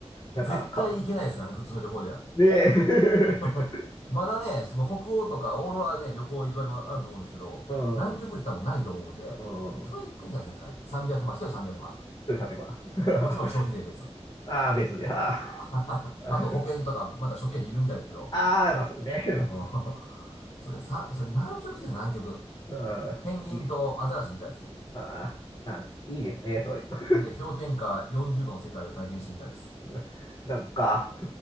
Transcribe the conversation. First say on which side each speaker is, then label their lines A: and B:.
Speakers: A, on the left; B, on the left.
A: なんか、
B: 絶対行けないですからね、
A: か、
B: 普通の旅行では。
A: ねえ。
B: <laughs> まだね、その北欧とかオーロラはね、旅行いくらでもあると思うんですけど、
A: <laughs> うん、
B: 南極って多分ないと思うんで、
A: うん、そ
B: それ行ってみたらいですかね。300万、一人300万。
A: うです、例えば。<laughs>
B: もちろん消費税別。
A: ああ、別で、ああ、
B: 高いなあ。
A: <laughs>
B: <laughs> あと保険とか、まだ諸経費いるみたいですけど。
A: ああ、まあそうね、<laughs> まあそう、
B: うん。<laughs> それ、さ、それ南極行っ南極。
A: うん、
B: ペンギンとアザラシみたいですね。
A: いいです。ああ、なんいいですね、そういうの。
B: ほんで、氷点下40度の世界を体験してみたいです。
A: <laughs> なんか、